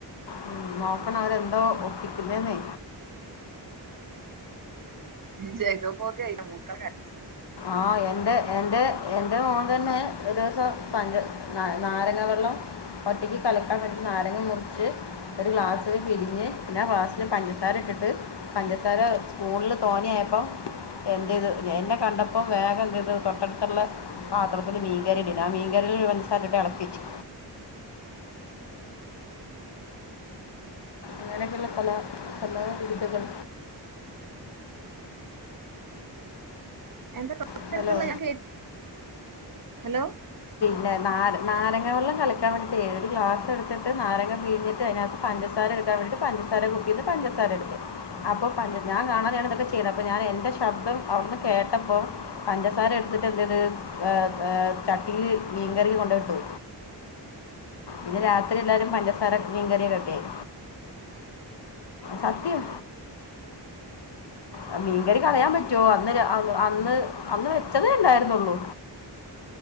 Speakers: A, on the left; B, on the right.
A: ഉം, നോക്കണം അവരെന്തോ ഒപ്പിക്കുന്നെന്നേ
B: ജഗ പൊഗ പോക്കൊയിട്ട മൂക്കളെ
A: ആഹ എന്റെ എന്റെ എന്റെ മോൻ തന്നെ ഒരു ദിവസം പഞ്ചസാര നാരങ്ങ വെള്ളം ഒറ്റക്ക് കളിക്കാൻ വേണ്ടി നാരങ്ങ മുറിച്ച് ഒരു ഗ്ലാസ് അ പിഴ്ഞ്ഞ് പിന്നെ ഗ്രാസ്റ്റിൽ പഞ്ചസാര ഇട്ടിട്ട് പഞ്ചസാര ഫോണില് തോന്നിയായപ്പം എൻ്റെ ഇത് ഞ എന്നെ കണ്ടപ്പോ ഇപ്പം വേഗം എന്തത് തൊട്ടടുത്തുള്ള പാത്രത്തിൽ മീൻകറിയിടില്ല മീൻകൽ ഒരു പഞ്ചസാരയിട്ട് ഇളക്കി വെച്ച് ഇങ്ങനക്കുള്ള പല സമ വിരുപ്പുകൾ
B: എന്താ
A: ഉണ്ടല്ലോ
B: ള്ള ഞാൻ ഹലോ
A: പിന്നെ നാര നാരങ്ങ വെള്ളം കലക്കാൻ വേണ്ടിയിട്ട് ഒരു ഗ്ലാസ്‌ എടുത്തിട് നാരങ്ങ പിഴ്ഞ്ഞിട്ട് അതിനകത്ത് പഞ്ചാസാര അവരുടെ പഞ്ചസാര കുപ്പിന് പഞ്ചസാര എടുത്തു അപ്പൊ പഞ്ചസാര കാണാതെയാണാ ഇതൊക്കെ ചെയ്യുന്നെ അപ്പൊ ഞാൻ എന്റെ ചെ ശബ്ദം അന്ന് കേട്ടപ്പോ പഞ്ചസാര എടുത്തിട്ട് എന്തത് ഏ ഏ ചട്ടിയില് മീൻകറിൽ കൊണ്ട ഇട്ടു ഇന്ന് രാത്രി എല്ലാരും ഏയ്‌ സാറെ മീൻകറി കാക്കേം സത്യം ആ മീൻകറി കളയാൻ പറ്റുവോ അന്നേരാ അ അന്ന് അന്ന് വെച്ചതേ ഇണ്ടായിരുന്നുള്ളൂ